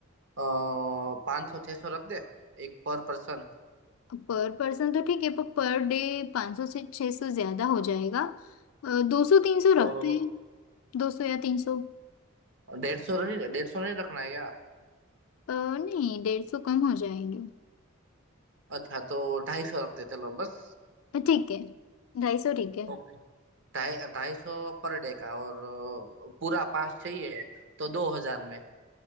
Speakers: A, on the right (about 60°); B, on the left (about 85°).
A: पाँच सौ छह सौ रख दे एक पर पर्सन
B: पर पर्सन तो ठीक है पर पर डे 500 से 600 ज्यादा हो जाएगा दो सौ तीन सौ
A: तो
B: रखते हैं दो सौ या तीन सौ
A: डेढ़ सौ नहीं डेढ़ सौ नहीं रखना है यार
B: नहीं डेढ़ सौ कम हो जाएंगे
A: अच्छा तो ढाई सौ रखते हैं, चलो बस
B: अ, ठीक है ढाई सौ ठीक है
A: ओके ढाई ढाई सौ पर डे का और अ, पूरा पास चाहिए तो दो हजार में